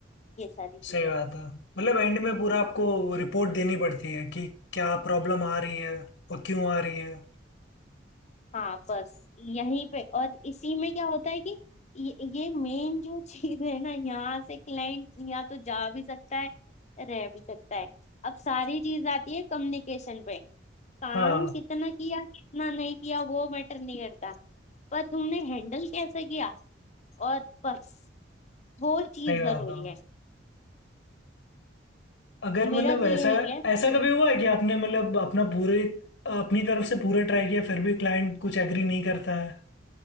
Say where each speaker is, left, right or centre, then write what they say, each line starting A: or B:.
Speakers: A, on the left; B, on the left.
A: ये सारी चीजें
B: सही बात है मतलब एंड में पूरा आपको रिपोर्ट देनी पड़ती है कि क्या प्रॉब्लम आ रही है और क्यों आ रही है
A: हाँ बस यहीं पे और इसी में क्या होता है कि ये, ये मेन जो <laughs> चीज है ना यहाँ से क्लाइंट या तो जा भी सकता है रह भी सकता है अब सारी चीज आती है कम्युनिकेशन पे काम
B: हाँ
A: कितना किया कितना नहीं किया वो मैटर नहीं करता पर तुमने हैंडल कैसे किया और बस वो चीज
B: सही बात
A: जरूरी
B: है
A: है
B: अगर
A: तो मेरा
B: मतलब
A: तो
B: ऐसा
A: यही है
B: ऐसा कभी हुआ है कि आपने मतलब अपना पूरे अपनी तरफ से पूरा ट्राई किया फिर भी क्लाइंट कुछ एग्री नहीं करता है